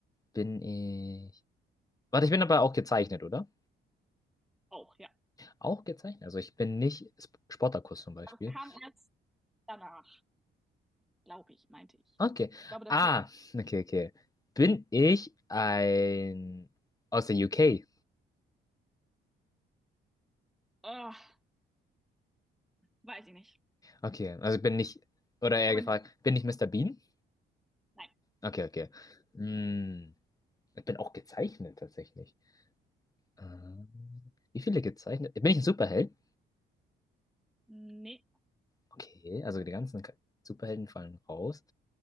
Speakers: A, on the left; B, in the centre.
A: Bin ich. Warte, ich bin aber auch gezeichnet, oder?
B: Auch, ja.
A: Auch gezeichnet. Also ich bin nicht Sp- Spartacus zum Beispiel.
B: Aber es kam erst danach, glaube ich, meinte ich.
A: Okay.
B: Ich glaube, der
A: Ah,
B: Film.
A: okay, okay. Bin ich ein. Aus der UK?
B: Ah, weiß ich nicht.
A: Okay, also ich bin nicht. Oder eher
B: Aber
A: gefragt,
B: nicht.
A: bin ich Mister Bean?
B: Nein.
A: Okay, okay. Hm, ich bin auch gezeichnet tatsächlich. Ähm, wie viele gezeichnet? Bin ich ein Superheld?
B: Nee.
A: Okay, also die ganzen K- Superhelden fallen raus.